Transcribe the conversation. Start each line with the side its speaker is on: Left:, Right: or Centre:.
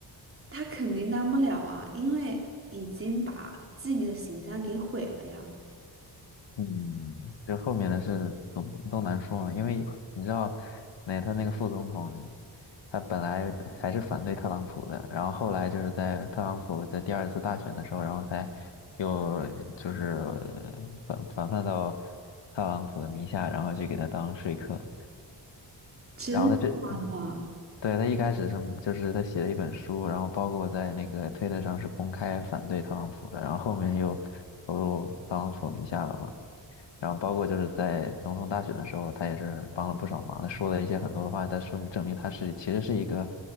Right: 他肯定当不了啊，因为已经把自己的形象给毁了呀。
Left: 嗯，就后面的事都都难说嘛，因为你知道，那他那个副总统他本来还是反对特朗普的，然后后来就是在特朗普在第二次大选的时候，然后才又就是呃反反叛到特朗普的名下，然后去给他当说客。
Right: 真的假的？
Left: 然后他这，对，他一开始是就是他写了一本书，然后包括在那个推特上是公开反对特朗普的，然后后面又投入特朗普名下了嘛。然后包括就是在总统大选的时候，他也是帮了不少忙，他说了一些很多的话，但是证明他是其实是一个